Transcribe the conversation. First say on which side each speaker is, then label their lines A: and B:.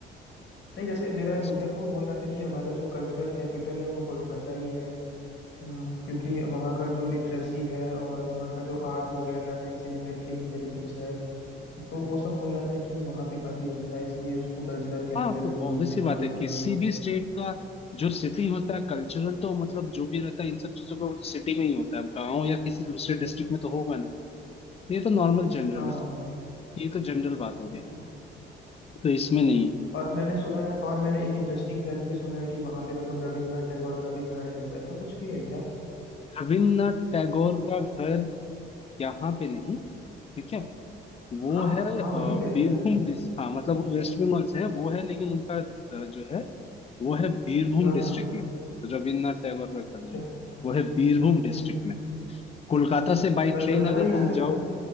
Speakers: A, on the left; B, on the left.
A: नहीं जैसे मेरा एक
B: वैसे
A: दोस्त है
B: तो
A: तो वो बोल रहा था कि हमारा जो कल्चरल कैपिटल है वो कोलकाता ही है हाँ, क्योंकि वहाँ का जो लिटरेसी है और वहाँ का जो आर्ट वगैरह है सिनेमेटिक हेरिटेज है तो वो सब बोल रहा था कि वहाँ पे काफी अच्छा है इसलिए उसको कल्चरल कैपिटल
B: हाँ तो
A: भी
B: ऑब्वियस
A: बोलते
B: सी
A: हैं
B: बात
A: कोलकाता
B: है किसी
A: को
B: भी स्टेट का जो सिटी होता है कल्चरल तो मतलब जो भी रहता है इन सब चीजों का सिटी में ही होता है अब गाँव या किसी दूसरे डिस्ट्रिक्ट में तो होगा नहीं तो ये तो नॉर्मल जनरल
A: हाँ हाँ
B: है ये तो जनरल बात हो गई
A: हम्म।
B: तो इसमें नहीं है।
A: और मैंने सुना है और मैंने एक इंटरेस्टिंग फैक्ट भी सुना है कि वहाँ पे मतलब रविंद्रनाथ टैगोर का भी घर है तो ऐसा कुछ भी है क्या
B: रविन्द्रनाथ टैगोर का घर यहाँ पे नहीं ठीक है वो
A: हाँ
B: है
A: हाँ
B: अ,
A: वहीं पे है
B: बीरभूम
A: शायद
B: डिस हाँ मतलब वो वेस्ट बंगाल से है वो है लेकिन उनका अ, जो है वो है बीरभूम
A: हाँ
B: डिस्ट्रिक्ट
A: हाँ
B: में रविन्द्रनाथ टैगोर का
A: अच्छा
B: घर जो है, वो है बीरभूम डिस्ट्रिक्ट
A: हम्म हम्म।
B: में कोलकाता से बाई
A: कलकत्ता
B: ट्रेन अगर
A: में ही
B: तुम
A: आता है
B: जाओ
A: ना